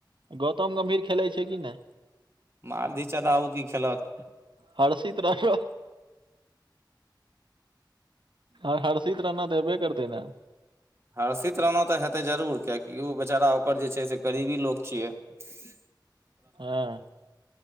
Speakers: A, on the right (about 85°); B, on the right (about 30°).
A: गौतम गम्भीर खेलै छै कि नहि
B: <inaudible> की खेलत
A: हर्षित राठौ आर हर्षित राणा त ऐबे करतै ने?
B: हर्षित रहना तऽ हेतै जरूर, कियकि ओ बेचारा ओकर जे छै से करीबी लोक छियै। ही।
A: हँ